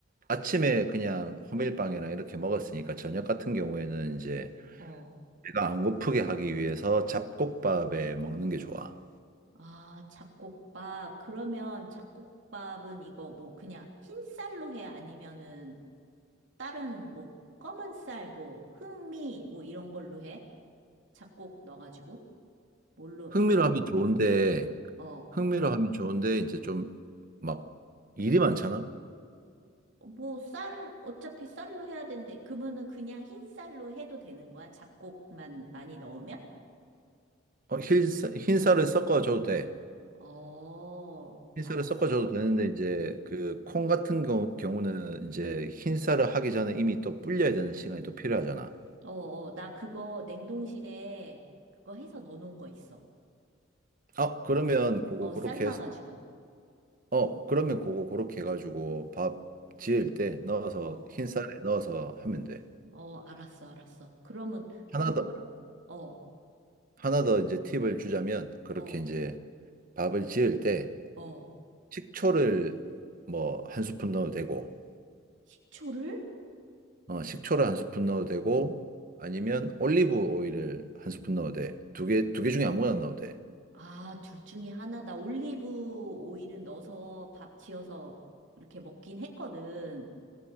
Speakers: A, on the right; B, on the right.
A: 아침에 그냥 호밀빵이나 이렇게 먹었으니까 저녁 같은 경우에는 이제
B: 어,
A: 배가 안 고프게 하기 위해서 잡곡밥에 먹는 게 좋아.
B: 아, 잡곡밥. 그러면 잡곡밥은 이거 뭐 그냥 흰쌀로 해? 아니면은 다른 뭐 검은 쌀, 뭐 흑미, 뭐 이런 걸로 해? 잡곡 넣어가지고? 뭘로
A: 흥미로
B: 해서,
A: 하면 좋은데,
B: 어,
A: 흥미로 하면 좋은데 이제 좀 막 일이 많잖아.
B: 뭐 쌀, 어차피 쌀로 해야 되는데, 그러면은 그냥 흰쌀로 해도 되는 거야? 잡곡만 많이 넣으면?
A: 어, 흰, 흰쌀을 섞어줘도 돼.
B: 어,
A: 흰쌀을
B: 알았어.
A: 섞어줘도 되는데 이제 그 콩 같은 경우, 경우는 이제 흰쌀을 하기 전에 이미 또 불려야 되는 시간이 또 필요하잖아.
B: 어, 어, 나 그거 냉동실에 그거 해서 넣어놓은 거 있어.
A: 어, 그러면 그거
B: 어,
A: 그렇게
B: 삶아가지고.
A: 해서 어, 그러면 그거 그렇게 해가지고 밥 지을 때 넣어서
B: 어,
A: 흰쌀에 넣어서 하면 돼.
B: 어, 알았어, 알았어. 그러면 그거랑,
A: 하나 더
B: 어,
A: 하나 더 이제 팁을 주자면 그렇게
B: 어,
A: 이제 밥을 지을 때
B: 어,
A: 식초를 뭐 한 스푼 넣어도 되고
B: 식초를?
A: 어, 식초를 한 스푼 넣어도 되고 아니면 올리브 오일을 한 스푼 넣어도 돼. 두 개, 두 개 중에 아무거나 넣어도 돼.
B: 아, 둘 중에 하나. 나 올리브 오일은 넣어서 밥 지어서 이렇게 먹긴 했거든.